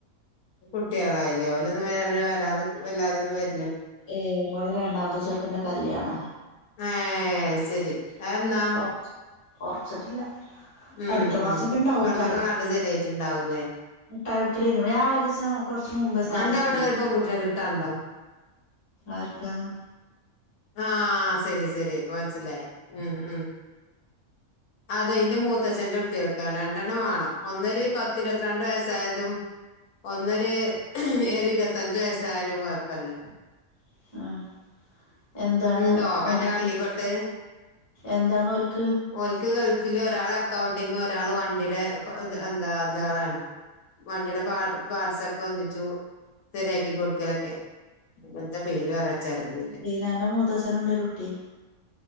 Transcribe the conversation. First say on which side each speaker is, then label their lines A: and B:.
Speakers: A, on the left; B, on the left.
A: കുട്ട്യാളായില്ലേ ഓലൊന്നും പി വരാതെ വല്ലാതെന്നും വര്
B: ഏ ഓടെ രണ്ടാമത് ചെർക്കണ്ട കല്യാണ
A: ആഹ ശരി ആന്താ
B: ഒറച്ച് ഒറച്ചിട്ടില്ല
A: ഉം
B: അടുത്ത മാസൊക്കെ
A: ഉം
B: ഇണ്ടാവോക്കാരം
A: പെണ്ടൊക്കെ കണ്ട് ശെരിായിട്ടുണ്ടാവൂല്ലേ
B: മുട്ടായി കൊടുക്കലേഞ്ഞ് ഇവിടെ ആ ഒരീസം കൊറച്ച് മുമ്പ് സ്റ്റാറ്റസ്
A: എന്റെ അവിടെ
B: ഇട്ടീന്നില്ലേ
A: പൺകുട്ടെ കിട്ടാണ്ടോ
B: ആർക്കാണ്
A: ആഹ ശരി ശ ശരി ഇപ്പ മനസിലായി ഉ ഉ അത ഇന്റെ മൂത്തച്ഛറെ കുട്ടി വെക്കാ രണ്ടെണ്ണം വേണം ഒന്നര് പത്തി ഇരുപത്തിരണ്ട് വയസ്സായതും ഒന്നര് ഒരു ഇരുപത്തഞ്ച വയസായാലും കൊഴപ്പില്ല
B: ആഹ് എന്താണ്
A: ഉണ്ടോ കന്റെ
B: ഓല്ക്ക്
A: കള്ളിപൊട്ട്
B: എന്താണ് ഓല്ക്ക്
A: ഓല്ക്ക് ഗൾഫില് ഒരാളെ- ക്കൗണ്ടിംഗ് ഒരാള് വണ്ടിടേ <unintelligible> എന്താ <unintelligible> ആളാണ് വണ്ടിടേ പാ പാർട്സ ഒക്കെ ഒന്നിച്ചു ശരിയാക്കി കൊടുക്കലൊക്കെ എന്താ പേര് വച്ചറിയുന്നില്ല
B: എന്റെ മൂത്തച്ഛന് ഉണ്ട് ഒരു കുട്ടി